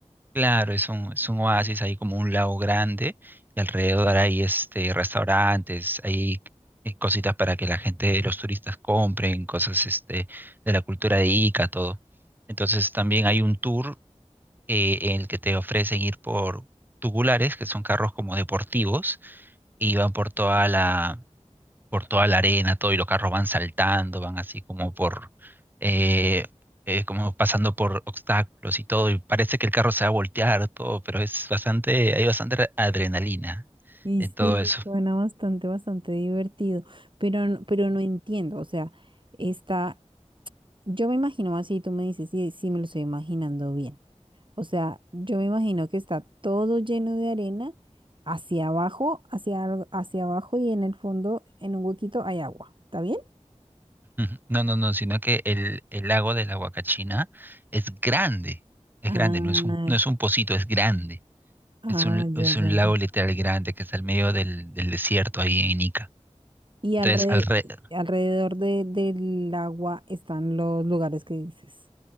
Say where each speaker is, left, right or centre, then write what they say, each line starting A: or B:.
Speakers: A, on the right; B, on the right.
A: Claro, es un, es un oasis, ahí como un lago grande y alrededor hay este, restaurantes, hay eh, cositas para que la gente, los turistas compren, cosas este, de la cultura de Ica, todo. Entonces también hay un tour eh, en el que te ofrecen ir por tubulares, que son carros como deportivos, y van por toda la, por toda la arena, todo, y los carros van saltando, van así como por, eh, eh, como pasando por obstáculos y todo, y parece que el carro se va a voltear, todo, pero es bastante, hay bastante adrenalina
B: Y
A: en
B: sí,
A: todo eso.
B: suena bastante, bastante divertido, pero, no- pero no entiendo, o sea, está Yo me imagino así, tú me dices, sí, sí, me lo estoy imaginando bien. O sea, yo me imagino que está todo lleno de arena hacia abajo, hacia, al- hacia abajo y en el fondo, en un huequito, hay agua. ¿Está bien?
A: <laughs> Ujú. No, no, no, sino que el, el lago de la Huacachina es grande, es
B: Ah,
A: grande, no es un, no es un pocito, es grande.
B: ah,
A: Es un,
B: ya,
A: es
B: ya,
A: un
B: ya.
A: lago literal grande que está al medio del, del desierto ahí en Ica.
B: Y alre-
A: Entonces, alrededor.
B: alrededor de- del agua están los lugares que dices.